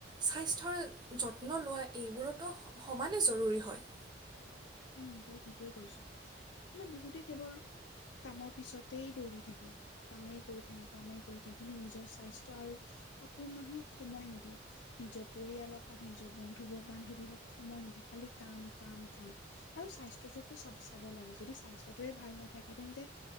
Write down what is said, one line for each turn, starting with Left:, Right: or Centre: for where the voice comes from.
Right: স্বাস্থ্যৰ যত্ন লোৱা এইবোৰতো সমানে জৰুৰী হয়।
Left: উম, তই ঠিকেই কৈছ, মানে বহুতে কেৱল কামৰ পিছত গোতেই দৌৰি থাকে কামেই কৰি থাকে কামেই কৰি থাকে কিন্তু নিজৰ স্বাস্থ্য আৰু আপোন মানুহক সময় নিদিয়ে নিজৰ পৰিয়ালক হ'ওক নিজৰ বন্ধু ব, বান্ধৱী হ'ওক। সময় নিদিয়ে খালি কাম, কাম, কাম, আৰু স্বাস্থ্যটোকো চাব চাব লাগে যদি স্বাস্থ্য টোৱে ভাল নাথাকে তেন্তে